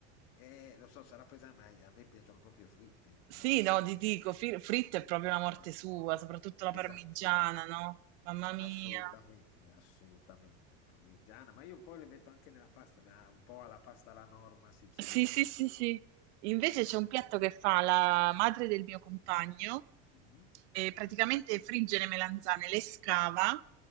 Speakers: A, on the left; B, on the right.
A: Eh, lo so, sarà pesante, ma a me piacciono proprio fritte.
B: Sì,
A: eh,
B: no,
A: infatti,
B: ti dico, fri- fritto è proprio la morte
A: eh,
B: sua, soprattutto la
A: esatto,
B: parmigiana, no? Mamma mia.
A: assolutamente, assolutamente. Parmigiana, ma io poi le metto anche nella pasta, ma un po' alla pasta alla norma siciliana.
B: Sì, sì, sì, sì. Invece c'è
A: Eh,
B: un piatto che fa la madre del mio compagno
A: mhm,
B: e praticamente frigge le melanzane, le scava